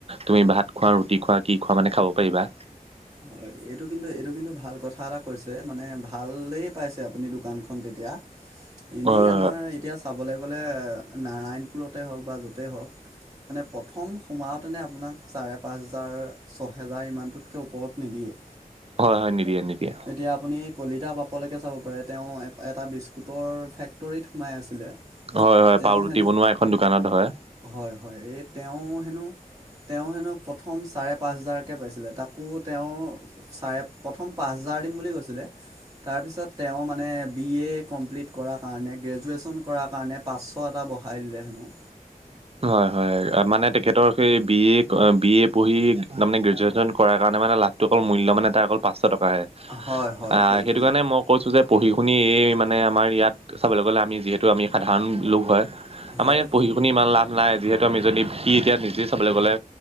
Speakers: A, on the right; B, on the right.
A: তুমি ভাত খোৱা, ৰুটি খোৱা, কি খোৱা মানে খাব পাৰিবা।
B: হয়, এইটো কিন্তু এইটো কিন্তু ভাল কথা এটা কৈছে মানে ভালেই পাইছে আপুনি দোকানখন তেতিয়া। এনেই
A: হয়
B: আমাৰ এতিয়া চাবলৈ গ'লে নাৰায়ণপুৰতে হওক বা য'তেই হওক মানে প্ৰথম সোমাওঁতেনে আপোনাক চাৰে পাঁচ হেজাৰ ছহেজাৰ ইমানটোত ত ওপৰত নিদিয়ে
A: হয় হয় নিদিয়ে নিদিয়ে
B: এতিয়া আপুনি কলিতা বাপলৈকে চাব পাৰে তেওঁ এটা বিস্কুটৰ ফেক্টৰীত সোমাই আছিলে
A: হয় হয়
B: তেওঁ
A: পাও ৰুটি
B: হেনো
A: বনোৱা এখন দোকানত হয়
B: হয় হয় এই তেওঁ হেনো তেওঁ হেনো প্ৰথম চাৰে পাঁচ হেজাৰকে পাইছিলে তাক মোকো তেওঁ চাৰে প্ৰথম পাঁচ হাজাৰ দিম বুলি কৈছিলে তাৰপিছত তেওঁ মানে বি এ কমপ্লিট কৰাৰ কাৰণে গ্ৰেজুৱেশ্যন কৰাৰ কাৰণে পাঁচশ এটা বঢ়াই দিলে হেনো
A: হয় হয় মানে তেখেতৰ সেই বি এ বি এ পঢ়ি তাৰমানে গ্ৰেজুৱেশ্যন কৰাৰ কাৰণে মানে ত অকল মূল্য মানে তাৰ অকল পাঁচশ টকাহে
B: হয় হয়
A: আহ
B: সেইটোৱেই
A: সেইটো কাৰণে মই কৈছোঁ যে পঢ়ি শুনি এই মানে আমাৰ ইয়াত চাবলৈ গ'লে আমি যিহেতু আমি সাধাৰণ লোক হয় আমাৰ
B: হয়
A: ইয়াত পঢ়ি শুনি ইমান লাভ নাই যিহেতু আমি যদি সি এতিয়া নিজেই চাবলে গ'লে